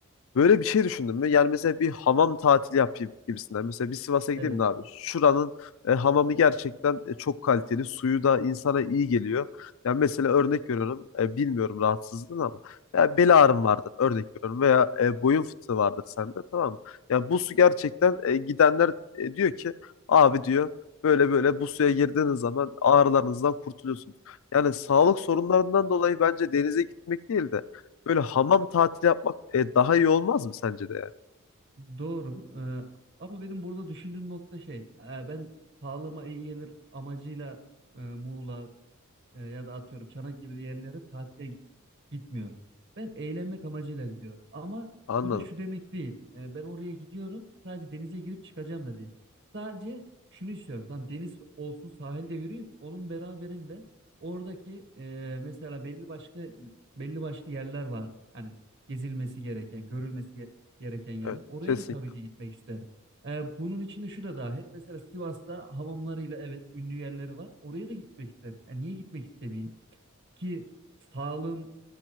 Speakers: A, on the left (about 65°); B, on the right (about 55°).
A: Böyle bir şey düşündün mü? Yani mesela bir hamam tatili yapayım gibisinden. Mesela bir Sivas'a gideyim
B: Evet,
A: de abi. Şuranın e, hamamı gerçekten e, çok kaliteli. Suyu da insana iyi geliyor. Yani mesela örnek veriyorum. e, bilmiyorum rahatsızlığın ama. Ya bel ağrım vardır örnek veriyorum. Veya e, boyun fıtığı vardır sende tamam mı? Ya bu su gerçekten e, gidenler e, diyor ki abi diyor böyle böyle bu suya girdiğiniz zaman ağrılarınızdan kurtuluyorsunuz. Yani sağlık sorunlarından dolayı bence denize gitmek değil de Böyle hamam tatili yapmak e, daha iyi olmaz mı sence de yani?
B: doğru. Ee, ama benim burada düşündüğüm nokta şey, e, ben sağlığıma iyi gelir amacıyla e, Muğla, e, ya da atıyorum Çanak gibi yerlere tatile gitmiyorum. Ben eğlenmek amacıyla gidiyorum. Ama
A: Anladım.
B: bu da şu demek değil. E, ben oraya gidiyorum sadece denize girip çıkacağım da değil. Sadece şunu istiyorum. Tamam deniz olsun sahilde yürüyeyim. Onun beraberinde oradaki e, mesela belli başka belli başlı yerler var. Hani gezilmesi gereken, görülmesi ge- gereken yerler.
A: Evet,
B: Oraya
A: kesinlikle.
B: da tabii ki gitmek isterim. Ee, bunun içinde şu da dahil. Mesela Sivas'ta hamamlarıyla evet ünlü yerleri var. Oraya da gitmek isterim. Yani niye gitmek istemeyeyim? Ki sağlığım